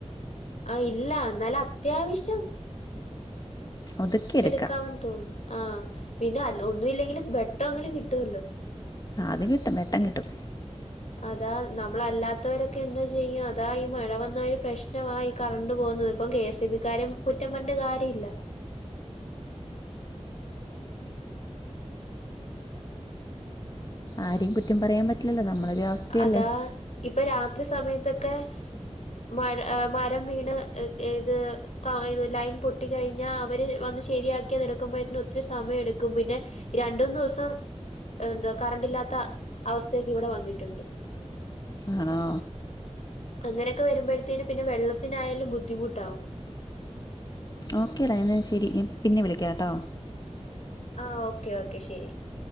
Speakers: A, on the left; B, on the left.
A: ആഹ് ഇല്ല എന്നാലും അത്യാവിശ്യം
B: ഒതുക്കിയെടുക്കാം
A: എടുക്കാമെന്ന് തോന്നുന്നു ആ പിന്നെ ഒന്നും ഇല്ലെങ്കിലും വെട്ടംമെങ്കിലും കിട്ടുവല്ലോ
B: അത് കിട്ടും വെട്ടം കിട്ടും
A: അതാ നമ്മളെല്ലാത്തവരൊക്കെ എന്തോ ചെയ്യും അതാ ഈ മഴ വന്ന ഒരു പ്രശ്നവാ ഈ കറണ്ട് പോകുന്നത് ഇപ്പം കെ എസ് ഇ ബിക്കാരേം കുറ്റം പറഞിട്ട് കാര്യയില്ല
B: ആരെയും കുറ്റം പറയാൻ പറ്റില്ലല്ലോ നമ്മളൊരു അവസ്ഥയല്ലേ
A: അതാ ഇപ്പൊ രാത്രി സമയത്തൊക്കെ മഴ മരം വീണ് ഇഏത് ഇത് ലൈൻ പൊട്ടി കഴിഞ്ഞാ അവര് വന്ന് ശരിയാക്കിത് എടുക്കുമ്പോഴത്തിന് ഒത്തിരി സമയം എടുക്കും പിന്നെ രണ്ടൂന്ന് ദിവസം എന്താ കറണ്ട് ഇല്ലാത്ത അവസ്ഥയക്ക് ഇവിടെ വന്നിട്ടുണ്ട്
B: ആണോ
A: അങ്ങനെയൊക്കെ വരുമ്പോഴത്തേും പിന്നെ വെള്ളത്തിനായാലും ബുദ്ധിമുട്ടാവും
B: ഓക്കെടാ എന്നാൽ ശരി ഞൻ പിന്നെ വിളിക്കാം കേട്ടോ
A: ആ ഓക്കേ ഓക്കെ ശരി